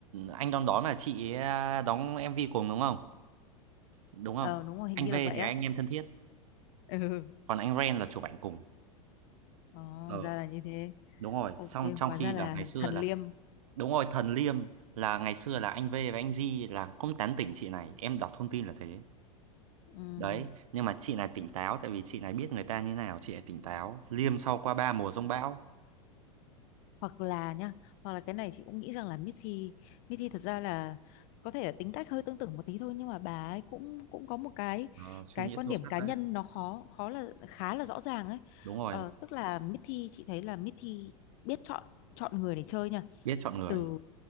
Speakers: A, on the right (about 65°); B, on the left (about 45°).
A: anh đón đón là chị ấy à, đóng MV cùng đúng không đúng không
B: Ờ, đúng rồi, hình
A: anh
B: như
A: V
B: là vậy
A: thì
B: á.
A: anh em thân thiết
B: Ừ.
A: còn anh Ren là chụp ảnh cùng
B: Ờ,
A: ờ
B: ra là như thế.
A: đúng rồi
B: Ok,
A: xong trong
B: hóa
A: khi
B: ra là
A: là ngày xưa
B: <laughs> thần
A: là
B: liêm.
A: đúng rồi Thần Liêm là ngày xưa là anh V và anh Di là cũng tán tỉnh chị này em đọc thông tin là thế
B: Ừm,
A: đấy nhưng mà chị này tỉnh táo tại vì chị này biết người ta như nào chị này tỉnh táo Liêm sau qua ba mùa giông bão
B: Hoặc là nhá, hoặc là cái này chị cũng nghĩ rằng là Missy, Missy thật ra là có thể là tính cách hơi tương tự một tí thôi nhưng mà bà ấy cũng cũng có một cái
A: Ờ, suy
B: cái
A: nghĩ
B: quan
A: sâu
B: điểm
A: sắc
B: cá
A: đấy
B: nhân nó khó khó là khá là rõ ràng ấy.
A: đúng rồi
B: Ờ, tức là Missy chị thấy là Missy biết chọn chọn người để chơi nha
A: biết chọn người
B: từ